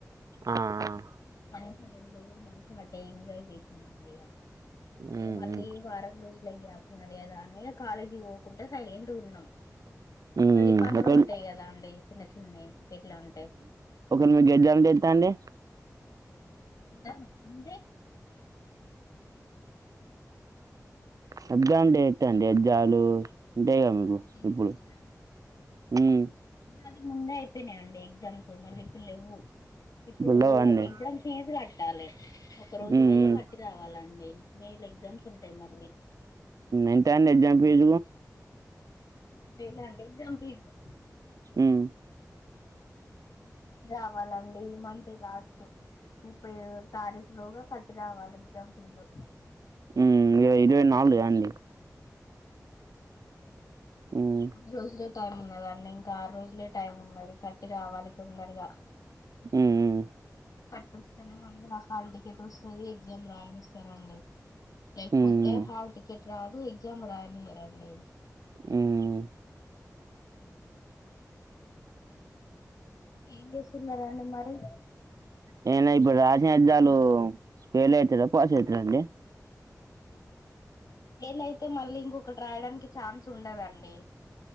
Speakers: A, on the right; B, on the left.
A: ఆ! ఆ!
B: మనుషి రెండు రోజులు మనుషి అంటే ఎంజాయ్ జేసినామండిగ
A: హ్మ్.
B: ఇగ మళ్ళీ
A: హ్మ్.
B: వారం రోజులే గ్యాపున్నది కదా అని కాలేజీ పోకుండ సైలెంటుగున్నాం
A: హ్మ్
B: మళ్ళీ పనులుంటాయి
A: ఒకల్
B: కదా అండి చిన్న చిన్నవి పెళ్ళ అంటే
A: మీ గడ్జాలంటే ఎంత అండి
B: ధను ఉండే
A: సజ్జా అంటే ఎంత అండి అజ్జాలు డేగ మీకు
B: ఎగ్జామ్స్
A: ఇప్పుడు మ్మ్
B: అది ముందే అయిపోయినాయండి ఎగ్జామ్స్ మళ్ళీ ఇప్పుడు ఇవ్వు ఇప్పుడు
A: లేవా అండి
B: ఎగ్జామ్స్ చేసి కట్ కట్టాలి ఒక రోజు
A: హ్మ్
B: పోయి
A: హ్మ్
B: కట్టి రావాలండి మే లో ఎగ్జామ్స్ ఉంటాయి మళ్ళీ
A: ఎంతండి ఎక్సమ్ ఫీజు
B: ముప్పై వేలండి ఎక్సమ్ ఫీజు
A: హమ్మ్
B: గవాలండి ఈ మంత్స్ లాస్ట్ ముప్పై ఐద తారీఖు లోగా కట్టి రావాలి ఎగ్జామ్ ఫీజు
A: ఉ ఇ ఇరవై నాలుగు అండి హ్మ్
B: ఇంకా కొన్ని రోజులు టైం ఉన్నదండి ఇంకా ఆరు రోజులు లే టైం ఉన్నది కట్టి రావాలి తొందరగా
A: హ్మ్
B: కట్టి వస్తె నేమో మళ్ళ హాల్ టికెట్ వస్తుంది ఎగ్జామ్ రాయనిస్తా రండి లేకపోతే
A: హ్మ్
B: హాల్ టికెట్ రాదు ఎగ్జామ్ రాయలే లేరండి
A: హ్మ్
B: ఏం చేస్తున్నారండి మరి
A: నేను ఇప్పుడు రాసిన ఎగ్జామ్స్ ఫెయిల్ అయితానా పాస్ అవుతానండి
B: ఫెయిల్ అయితే మళ్ళీ ఇంకొకటి రాయడానికి ఛాన్స్ ఉండదండి